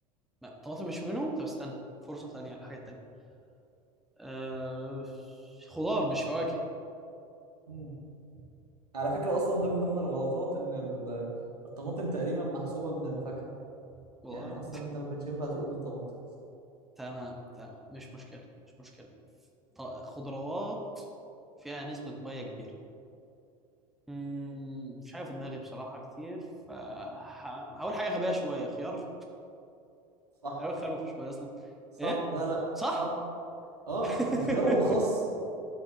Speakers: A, in the centre; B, on the right.
A: لا طماطم مش منهم طب استنى فرصه ثانيه للحاجه الثانيه أه... خضار مش فواكه
B: مم. على فكرة اصلا ده من ضمن الغلطات ان ال- الطماطم تقريبا محسوبة من الفاكهة
A: والله
B: يعني اصلا انت ما كانش ينفع تقول الطماطم
A: تمام تمام مش مشكله مش مشكله ط- خضروات فيها نسبة مية كبيرة مم، مفيش حاجه في دماغي بصراحه كتير فهقول حاجه غبيه شويه خيار
B: صح
A: تقريبا الخيار ما فيهوش ميه اصلا
B: صح
A: ايه
B: لا لا
A: صح
B: صح اه
A: <laughs>
B: الخيار والخس